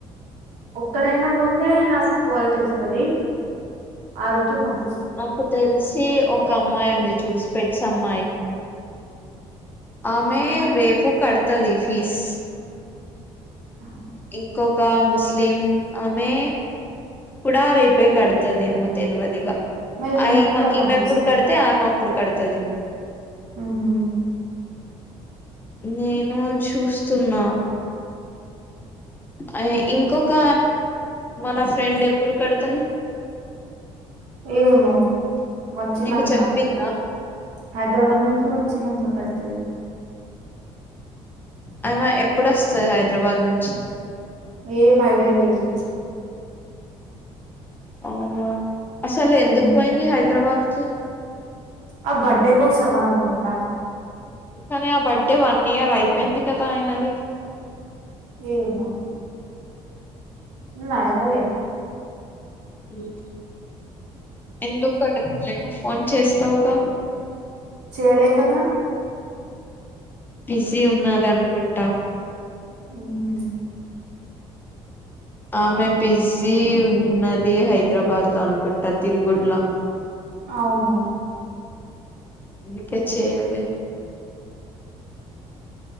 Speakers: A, on the right (about 85°); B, on the left (about 15°).
A: ఒక్కరు అయినా పోతే నాకు కాల్ చేస్తుంది ఆరోజు పంపి
B: నాకు తెలిసి ఒక అమ్మాయి ఉంది చూసి స్పేట్స్ అమ్మాయి ఆమె
A: ఎట్స్ అమ్మాయి
B: రేపు కడుతది ఫీజ్
A: అ
B: ఇంకొక ముస్లిం ఆమె కూడా రేపే కడుతదేమో తెలియదిగా
A: మరి
B: ఆ
A: నేను కూడా
B: ఈమె
A: పంపిస్తా
B: ఎప్పుడు కడితే ఆయమె అప్పుడు కడతుది
A: హూహు
B: నేను చూస్తున్నా అ ఇంకొక మన ఫ్రెండ్ ఎప్పుడు కడతది
A: ఏమో వచ్చినంక
B: నీకు చెప్పింద
A: హైదరాబాద్ నుంచి వచ్చనాకా కడతది
B: ఆమె ఎప్పుడోస్తది హైదరాబాద్ నుంచి
A: ఏం ఐడియా లేదు
B: అవునా అసలు ఎందుకు
A: మ్మ్
B: పోయింది హైదరాబాద్ కి
A: ఆ బర్డే కోసం అనుకుంటా
B: కానీ ఆ బర్త్డే వన్ ఇయర్ అయిపోయింది కదా ఆయనది
A: ఏమో నేను అడగలేే
B: అ ఎందుకు అడగలే నువ్వు ఫోన్ చేస్తావుగా
A: చేయలే కదా
B: బిజీ ఉన్నవు అనుకుంటా
A: ఉహు
B: ఆమె బిజీ ఉన్నది హైదరాబాద్ లో అనుకుంటా తిరుగుడు ల
A: అవును
B: అందుకే చేయలే